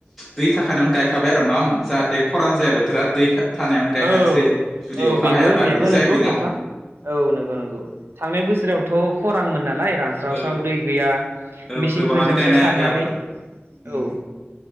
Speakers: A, in the centre; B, on the right.
A: दै थाखानायावनो गायखाबाय आरो न' जाहाथे खरान जाया बोथोरा दै थानायावनो गायखानोसै
B: औ
A: जुदि
B: औ
A: अखा
B: बेबो
A: हायाबा
B: बेबो
A: बिदि जाहैबायना
B: नंगौ नोंथां औ नंगौ नंगौ थांनाय बोसोरावथ' खरांमोन नालाय रा स्राव
A: औ
B: स्राव दै गैया
A: औ
B: मेचिनफोरजोंसो
A: गोबाङानो गायनो हायाखै
B: सारनानै
A: आबाद उम
B: औ